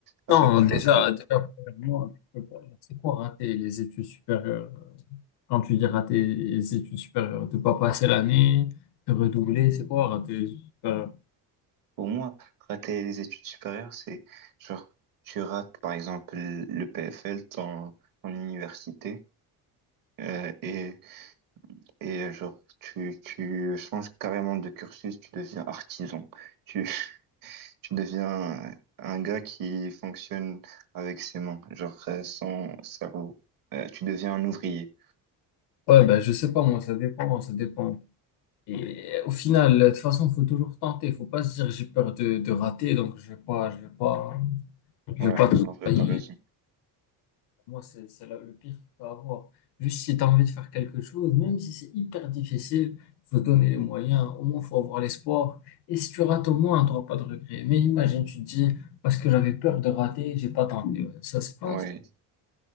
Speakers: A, on the right (about 60°); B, on the left (about 80°).
A: À
B: Non,
A: chaque fois
B: déjà,
A: que je,
B: déjà, premièrement, tu peux pas- c'est quoi rater les études supérieures? Quand tu dis rater les études supérieures, de pas passer l'année, de redoubler, c'est quoi rater les études supérieures?
A: pour moi, rater les études supérieures, c'est genre tu rates par exemple le PFL, ton, ton université, euh, et et euh, genre tu tu changes carrément de cursus, tu deviens artisan, tu <laughs> tu deviens un gars qui fonctionne avec ses mains, genre euh, sans cerveau. Euh, tu deviens un ouvrier.
B: Ouais, ben, je sais pas, moi, ça dépend, ça dépend. Et au final, de toute façon, faut toujours tenter. Faut pas se dire j'ai peur de, de rater, donc je vais pas, je vais pas, je
A: Ouais,
B: vais pas
A: en vrai,
B: travailler.
A: t'as raison.
B: Moi, c'est c'est la- le pire que tu peux avoir. Juste si tu as envie de faire quelque chose, même si c'est hyper difficile, faut donner les moyens. Au moins, faut avoir l'espoir. Et si tu rates, au moins, tu n'auras pas de regret. Mais imagine, tu te dis, parce que j'avais peur de rater, j'ai pas tenté. Ouais, ça, c'est pas.
A: Ouais,